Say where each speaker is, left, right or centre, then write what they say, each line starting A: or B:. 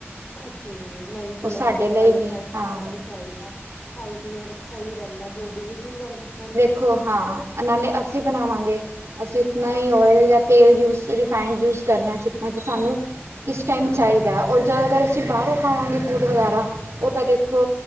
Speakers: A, on the left (about 40°); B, on the right (about 75°).
A: ਅੱਛਾ ਜੀ, ਨਹੀਂ ਚਲੋਂ
B: ਉਹ ਸਾਡੇ
A: ਵਧੀਆ
B: ਲਈ
A: ਗੱਲ
B: ਵੀ
A: ਐ ਫਰੈਸ਼
B: ਹਾਂ
A: ਖਾਣਾ ਵੀ ਚਾਹੀਦਾ। ਹੈਲਥੀ ਔਰ ਸਹੀ ਰਹਿੰਦਾ, ਬੋਡੀ ਲਈ ਵੀ ਹੋਰ ਬੱਚਿਆਂ
B: ਖੋ ਹਾਂ ਨਾਲੇ ਅਸੀਂ ਬਣਾਵਾਂਗੇ, ਅਸੀਂ ਉਤਨਾ
A: ਹਾਂਜੀ
B: ਹੀ ਓਇਲ ਜਾਂ ਤੇਲ ਯੂਸ ਰਿਫਾਇੰਡ ਯੂਜ ਕਰਨਾ ਜਿਤਨਾ ਕਿ ਸਾਨੂੰ ਇਸ ਟਾਈਮ ਚਾਹੀਦੈ, ਔਰ ਜਾਂ ਅਗਰ ਅਸੀਂ ਬਾਹਰੋਂ ਖਾਵਾਂਗੇ ਫੂਡ ਵਗੈਰਾ ਉਹ ਤਾਂ ਦੇਖੋ